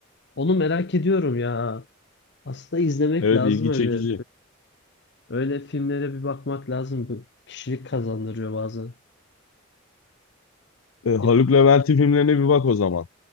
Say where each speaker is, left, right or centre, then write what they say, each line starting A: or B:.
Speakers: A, on the left; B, on the left.
A: Onu merak ediyorum ya. Aslında izlemek
B: Evet
A: lazım
B: ilgi
A: öyle.
B: çekici.
A: Öyle filmlere bir bakmak lazım. Bu Kişilik kazandırıyor bazen.
B: E, Haluk
A: Ya da-
B: Levent'in filmlerine bir bak o zaman.